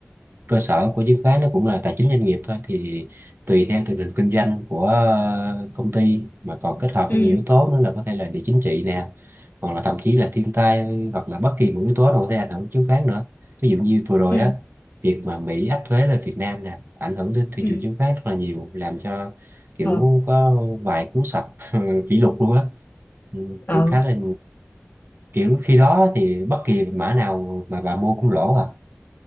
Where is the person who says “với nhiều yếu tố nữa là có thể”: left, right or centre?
Right